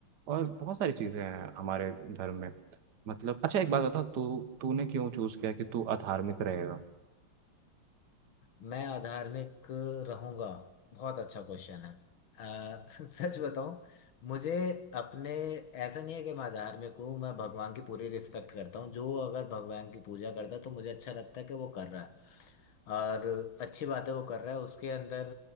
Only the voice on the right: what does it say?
और बहुत सारी चीज़ें हैं हमारे धर्म में मतलब अच्छा एक बात बताओ तू तूने क्यों चूज किया कि तू अधार्मिक रहेगा